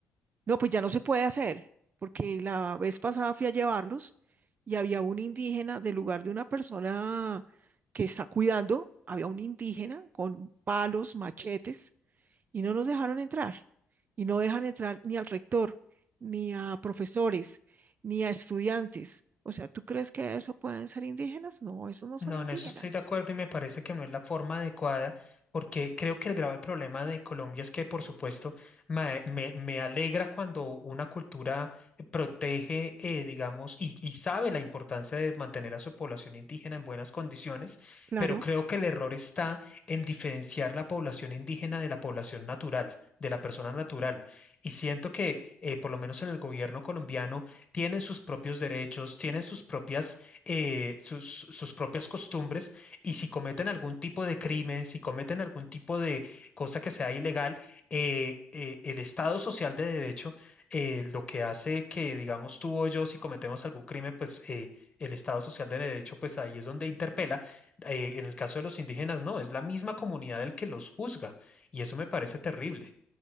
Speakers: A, on the right; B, on the left.
A: No, pues ya no se puede hacer, porque la vez pasada fui a llevarlos y había un indígena del lugar de una persona que está cuidando, había un indígena con palos, machetes, y no nos dejaron entrar. Y no dejan entrar ni al rector, ni a profesores, ni a estudiantes. O sea, ¿tú crees que eso pueden ser indígenas? No, esos no
B: No,
A: son indígenas.
B: en eso estoy de acuerdo y me parece que no es la forma adecuada, porque creo que el grave problema de Colombia es que, por supuesto, ma- me, me alegra cuando una cultura protege, eh, digamos, y, y sabe la importancia de mantener a su población indígena en buenas condiciones,
A: Claro.
B: pero creo que el error está en diferenciar la población indígena de la población natural, de la persona natural. Y siento que, eh, por lo menos en el gobierno colombiano, tienen sus propios derechos, tienen sus propias eh, sus, sus propias costumbres y si cometen algún tipo de crimen, si cometen algún tipo de cosa que sea ilegal, eh, eh, el Estado social de derecho eh, lo que hace que, digamos, tú o yo, si cometemos algún crimen, pues eh, el Estado social de derecho, pues ahí es donde interpela. Eh, en el caso de los indígenas, no, es la misma comunidad el que los juzga y eso me parece terrible.